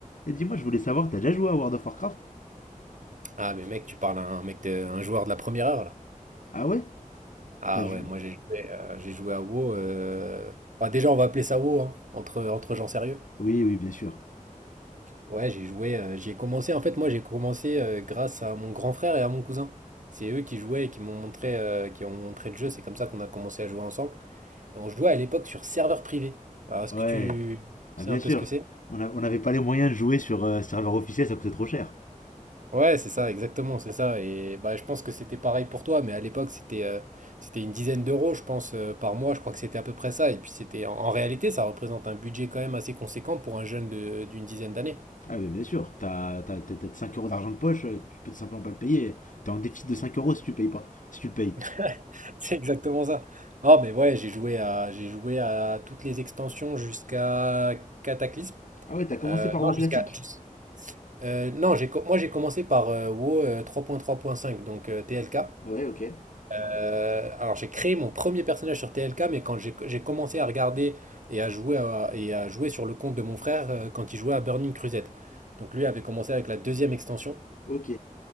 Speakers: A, on the left (about 65°); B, on the right (about 65°).
A: Et dis-moi, je voulais savoir, t'as déjà joué à World of Warcraft?
B: Ah mais mec, tu parles à un mec de, un joueur de la première heure là.
A: Ah ouais?
B: Ah
A: T'as joué?
B: ouais, moi j'ai joué, euh, j'ai joué à WoW. euh, bah, déjà on va appeler ça WoW, hein, entre, entre gens sérieux.
A: Oui, oui, bien sûr.
B: Ouais, j'ai joué, euh, j'ai commencé. En fait, moi j'ai commencé euh, grâce à mon grand frère et à mon cousin. C'est eux qui jouaient et qui m'ont montré, euh, qui ont montré le jeu. C'est comme ça qu'on a commencé à jouer ensemble. Et on jouait à l'époque sur serveur privé. Alors, est-ce
A: Ouais,
B: que tu sais
A: ah, bien
B: un peu
A: sûr.
B: ce que c'est?
A: On a- on n'avait pas les moyens de jouer sur euh, serveur officiel, ça coûtait trop cher.
B: Ouais, c'est ça, exactement, c'est ça. Et bah, je pense que c'était pareil pour toi, mais à l'époque, c'était euh, c'était une dizaine d'euros, je pense, euh, par mois. Je crois que c'était à peu près ça. Et puis, c'était en, en réalité, ça représente un budget quand même assez conséquent pour un jeune de- d'une dizaine d'années.
A: Ah mais bien sûr, t'as t'as, t'as, t'as 5 euros d'argent de poche, euh, tu peux tout simplement pas le payer. T'es en déficit de 5 euros si tu le payes pas, si tu le payes.
B: <laughs> C'est exactement ça. Non, mais ouais, j'ai joué à, j'ai joué à toutes les extensions jusqu'à Cataclysme.
A: Ah ouais, t'as commencé
B: Euh,
A: par
B: non,
A: WoW
B: jusqu'à.
A: classique?
B: jus- euh, non, j'ai, co- moi j'ai commencé par euh, WoW euh, trois point trois point cinq, donc euh, TLK.
A: Ouais, ok.
B: Euh, alors j'ai créé mon premier personnage sur TLK, mais quand j'ai j'ai commencé à regarder et à jouer à- et à jouer sur le compte de mon frère euh, quand il jouait à Burning Crusade. Donc lui avait commencé avec la deuxième extension.
A: Ok.